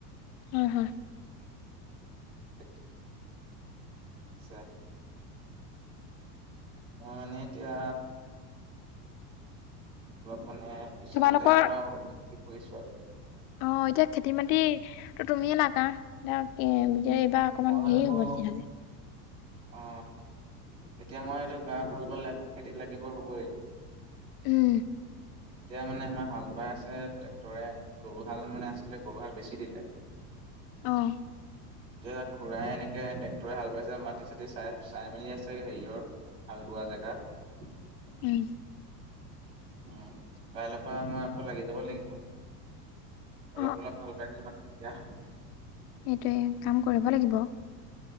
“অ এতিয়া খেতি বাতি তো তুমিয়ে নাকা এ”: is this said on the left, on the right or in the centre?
Left